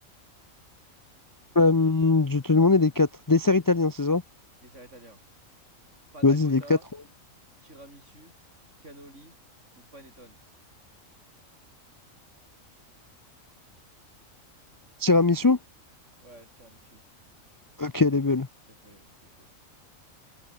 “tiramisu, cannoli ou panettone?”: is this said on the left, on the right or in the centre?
Right